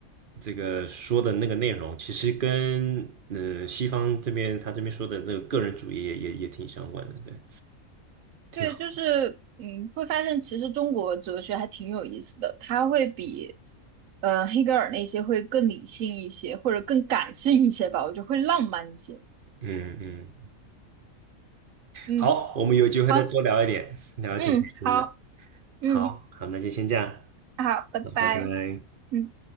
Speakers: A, on the right; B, on the right.
A: 这个说的那个内容，其实跟嗯、呃西方这边他这边说的这个个人主义也也也挺相关的，对，挺好，
B: 对，就是嗯，会发现其实中国哲学还挺有意思的，它会比呃黑格尔那些会更理性一些，或者更感性一些吧，我觉得会浪漫一些。
A: 嗯嗯，
B: 嗯，
A: 好，我们有机会再多聊一点，
B: 好，
A: 聊得挺开心的，
B: 嗯，好，嗯，
A: 好好，那就先这样，
B: 好，拜拜。
A: 那拜拜。
B: 嗯。